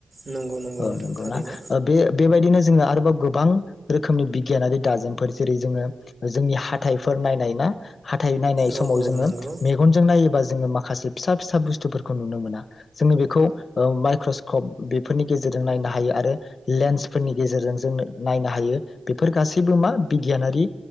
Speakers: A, on the right (about 20°); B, on the left (about 60°).
A: नंगौ नंगौ
B: औ
A: नोंथां
B: नंगौना
A: थारैनो
B: ओ बे बेबायदिनो जोङो आरोबाव गोबां रोखोमनि बिगियानारि दाजेमफोर जेरै जोङो जोंनि हाथाइफोर नायनाय ना? हाथाय नायनाय
A: औ
B: समाव
A: औ
B: जोङो
A: नंगौ
B: मेगनजों नायोबा जोङो माखासे फिसा फिसा बुस्थुफोरखौ नुनो मोना। जोङो बेखौ ओ माइक्रस्कप बेफोरनि गेजेरजों नायनो हायो आरो, लेन्सफोरनि गेजेरजों जों नायनो हायो बेफोर गासैबो मा बिगियानारि